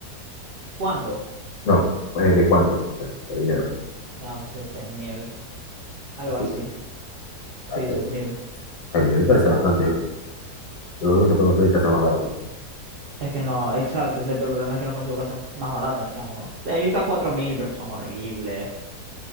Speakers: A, on the right; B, on the left.
A: ¿cuándo?
B: No, eh, de cuánto, pues, de dinero.
A: No sé, seis mil, algo
B: Así,
A: así. Sí,
B: ah, está
A: seis
B: bien.
A: mil.
B: Ay, me parece bastante, ¿viste? Pero creo que se pueden conseguir casas más baratas.
A: Es que no, exacto, ese es el problema es que no consigo casas más baratas, chamo. He visto a cuatro mil, pero son horribles.